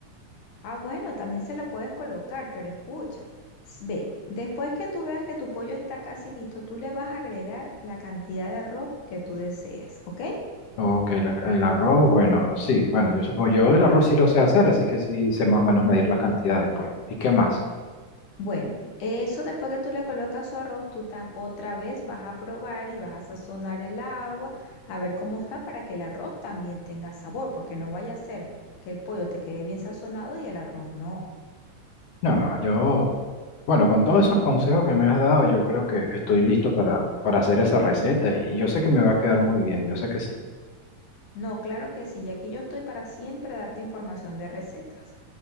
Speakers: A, on the left; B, on the left.
A: Ah, bueno, también se la puedes colocar, pero escucha, s- ve, después que tú veas que tu pollo está casi listo, tú le vas a agregar la cantidad de arroz que tú deseas, ¿ok?
B: Ok, la- el arroz, bueno, sí, bueno, yo supongo, yo el arroz sí lo sé hacer, así que sí sé más o menos medir las cantidades, pues. ¿Y qué más?
A: Bueno, eso después que tú le colocas su arroz, tú tam- otra vez vas a probar y vas a sazonar el agua, a ver cómo está para que el arroz también tenga sabor, porque no vaya a ser que el pollo te quede bien sazonado y el arroz no.
B: No, no, yo, bueno, con todos esos consejos que me has dado, yo creo que estoy listo para, para hacer esa receta y yo sé que me va a quedar muy bien, yo sé que sí.
A: No, claro que sí, y aquí yo estoy para siempre darte información de recetas.